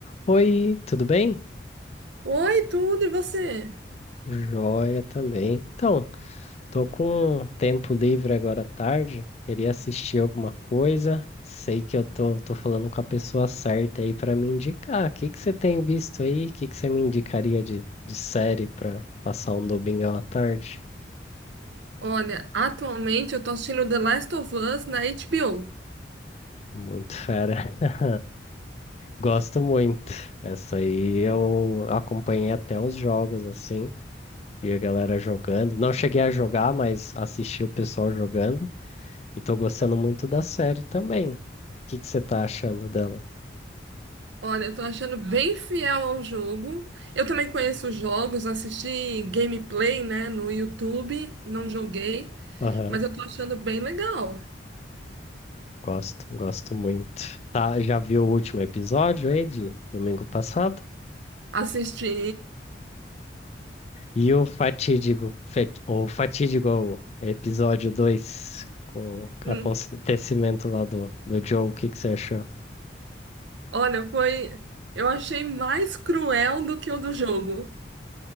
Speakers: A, on the left; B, on the right.
A: Oi, tudo bem?
B: Oi, tudo, e você?
A: Joia também. Então, tô com um tempo livre agora à tarde, queria assistir alguma coisa. Sei que eu tô, tô falando com a pessoa certa aí pra me indicar. O que que você tem visto aí? O que que você me indicaria de, de série pra passar um domingão à tarde?
B: Olha, atualmente eu tô assistindo The Last of Us na HBO.
A: Muito fera. <laughs> Gosto muito. Essa aí eu acompanhei até os jogos, assim. Vi a galera jogando. Não cheguei a jogar, mas assisti o pessoal jogando. E tô gostando muito da série também. O que que você tá achando dela?
B: Olha, eu tô achando bem fiel ao jogo. Eu também conheço os jogos, assisti gameplay, né, no YouTube, não joguei,
A: Aham,
B: mas eu tô achando bem legal.
A: gosto, gosto muito. Tá, já viu o último episódio aí de domingo passado?
B: Assisti.
A: E o fatídico, fe- o fatídico episódio 2 com o acontecimento
B: hum,
A: lá do, do Joe, o que que você achou?
B: Olha, foi. Eu achei mais cruel do que o do jogo.